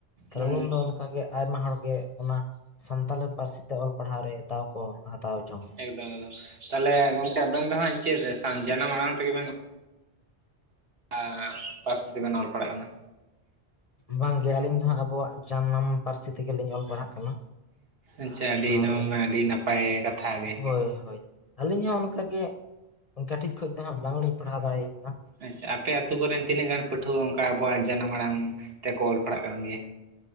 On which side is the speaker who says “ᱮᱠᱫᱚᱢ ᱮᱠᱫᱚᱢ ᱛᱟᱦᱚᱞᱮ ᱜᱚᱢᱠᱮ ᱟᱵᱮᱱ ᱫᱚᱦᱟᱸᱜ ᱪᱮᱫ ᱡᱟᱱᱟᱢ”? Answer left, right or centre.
Right